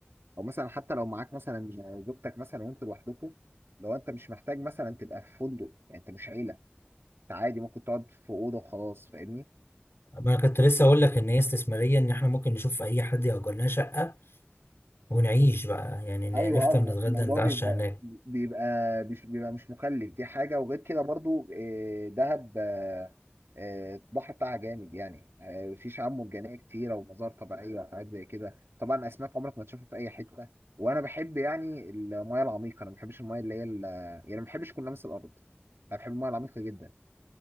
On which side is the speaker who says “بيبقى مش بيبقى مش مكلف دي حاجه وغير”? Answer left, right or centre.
Right